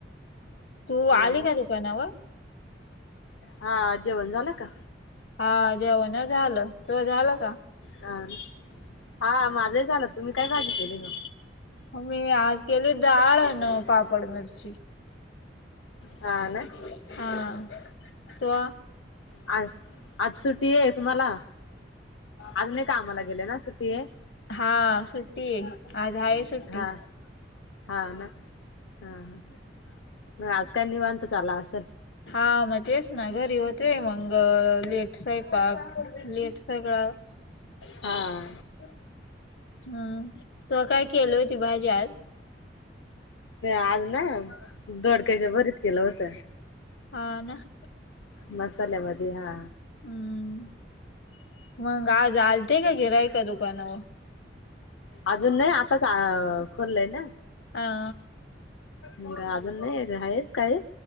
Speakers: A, on the left; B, on the left.
A: तू
B: हा
A: आली
B: ना
A: का दुकानावर?
B: हा जेवण झालं का?
A: हा जेवण झालं, तूज झालं का?
B: हा हा माझं ही झालं तुम्ही काय भाजी केली ना?
A: मी आज केली डाळ न पापड मिरची.
B: हा ना
A: हा
B: आ आज सुट्टी आहे तुम्हाला, आज नाही कामाला गेले ना सुटी आहे?
A: हा सुट्टी आज आहेस हाय सुट्टी.
B: हा हा ना हा हा मग आज काल निवांत चालला असल?
A: हा म तेच ना घरी होते मंग लेट स्वयंपाक पाक लेट सगळां
B: हां
A: हम्म तु काय केलं होती भाजी आज?
B: आज ना दोडक्याच भरीत केलं होत.
A: हा.
B: मसाल्या मध्ये हा.
A: हम्म मग आज आलते का गिराईक दुकानावर?
B: अजून नाही आताच आ खोललंय न.
A: हा
B: मग अजून नाही आहेत काही.